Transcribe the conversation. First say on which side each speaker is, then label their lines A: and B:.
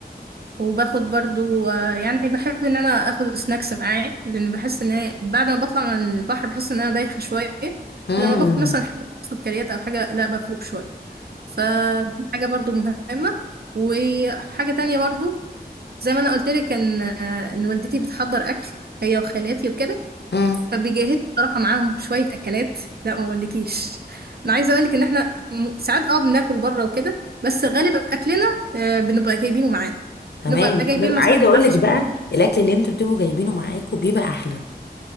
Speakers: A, on the right; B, on the left.
A: وباخد برضو آه، يعني بحب ان انا اخد سناكس معايا لان بحس ان هي بعد ما بطلع من البحر بحس ان انا دايخه شويه
B: امم
A: فلما باخد مثلا حاجه سكريات او حاجه لا بفوق شويه فدي حاجه برضو مهمه وحاجه تانية برضو زي ما انا قلت لك ان آه، ان والدتي بتحضر اكل هي وخالاتي وكده
B: تمام
A: فبيجهزوا بصراحه معاهم شويه اكلات لا ما اقولكيش انا عايزه اقول لك ان احنا م- ساعات اه بناكل بره وكده بس غالب اكلنا آه، بنبقى جايبينه معانا
B: تمام
A: نبقى جايبين
B: بس عايزه
A: مثلا
B: اقول
A: معرفش
B: لك
A: كام.
B: بقى الاكل اللي انتوا بتبقوا جايبينه معاكم بيبقى احلى